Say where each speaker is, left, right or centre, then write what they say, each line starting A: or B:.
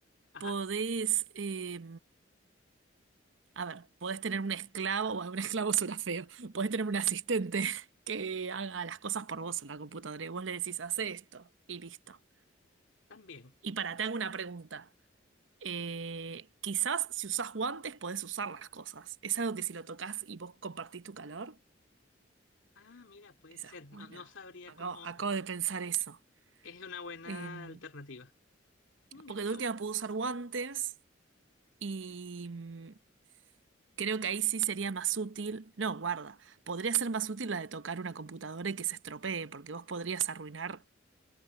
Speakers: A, on the left; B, on the right.
A: Ajá,
B: podés, eh, a ver, podés tener un esclavo, bueno, un esclavo <laughs> suena feo, podés tener un asistente <laughs> que haga las cosas por vos en la computadora y vos le decís, hace esto y listo.
A: también.
B: Y para, te hago una pregunta. Eh, quizás si usás guantes podés usar las cosas. ¿Es algo que si lo tocas y vos compartís tu calor?
A: Ah, mira, puede
B: Esa
A: ser.
B: es buena.
A: No, no sabría
B: Acabo,
A: cómo.
B: acabo de pensar eso.
A: Es una buena
B: Em,
A: alternativa. Mm, Mira
B: porque de
A: tú.
B: última puedo usar guantes. Y mm, creo que ahí sí sería más útil. No, guarda. Podría ser más útil la de tocar una computadora y que se estropee, porque vos podrías arruinar,